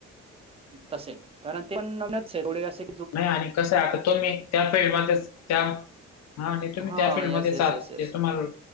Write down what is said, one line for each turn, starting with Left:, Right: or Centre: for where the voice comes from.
Right: तसे कारण ते पण नवीनच आहे थोडे अशे
Left: नाहीं आणि कसं आहे आंता तो मी त्यांपळी मं त्यां हां आणि तुम्हीं
Right: हा
Left: त्यां फील्ड
Right: येस
Left: मध्येचं
Right: येस
Left: आहांत
Right: येस येस
Left: ते तुम्हांला